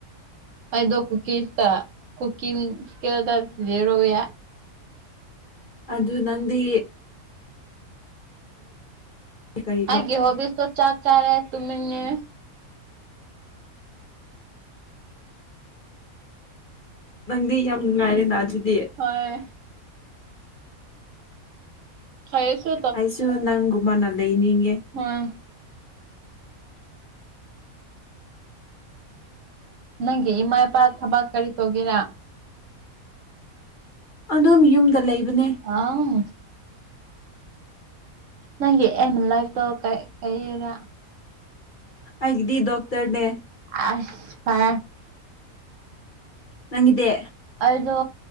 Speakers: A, on the right (about 65°); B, on the left (about 45°).
A: ꯑꯩꯗꯣ ꯀꯨꯀꯤꯁꯇ ꯀꯨꯀꯤꯡ ꯏꯁꯀꯤꯦꯜꯗ ꯁꯤꯖꯤꯔꯣꯦ
B: ꯑꯗꯨ ꯅꯪꯗꯤ ꯀꯔꯤꯅꯣ
A: ꯒꯤꯍꯣꯕꯤ ꯁꯣ ꯆꯥꯛ ꯆꯥꯔꯦ ꯇꯨꯃꯤꯅꯦ
B: ꯅꯪꯗꯤ ꯌꯥꯝ ꯅꯨꯡꯉꯥꯏꯔꯦꯗ ꯑꯗꯨꯗꯤ
A: ꯍꯣꯏ ꯁꯌꯦꯁ
B: ꯑꯩꯁꯨ ꯅꯪꯒꯨꯝꯕꯅ ꯂꯩꯅꯤꯡꯉꯦ
A: ꯑꯝ ꯅꯪꯒꯤ ꯏꯃꯥ ꯏꯄꯥ ꯊꯕꯛ ꯀꯔꯤ ꯇꯧꯒꯦꯅ
B: ꯑꯗꯨꯝ ꯌꯨꯝꯗ ꯂꯩꯕꯅꯦ
A: ꯑꯥꯎ ꯅꯪꯒꯤ ꯑꯦꯝ ꯂꯥꯏꯐꯇꯣ ꯀꯩꯗ
B: ꯑꯩꯗꯤ ꯗꯣꯛꯇꯔꯅꯦ
A: ꯑꯁ ꯐ
B: ꯅꯪꯗꯦ
A: ꯑꯩꯗꯣ